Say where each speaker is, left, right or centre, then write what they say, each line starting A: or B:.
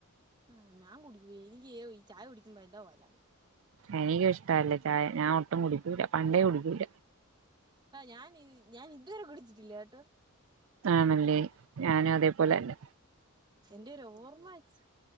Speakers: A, on the right; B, on the right.
A: ആ ഞാൻ കുടികുല എനിക്ക് ഈ ചായ കുടിക്കുമ്പോ എതാ പോലെ ആണ്
B: എനിക്കുംഇഷ്ടല്ലേ ചായ ഞാൻ ഒട്ടും കുടിക്കൂല്ല പണ്ടേ കുടിക്കൂല
A: ആഹ് ഞാൻ ഞാൻ ഇതുവരെ കുടിച്ചിട്ടില്ലേട്ടോ
B: ആണല്ലേ ഞാനും അതേപോലെതന്നെ
A: ന്റെ ഒരു ഓർമ്മ വെച്ച്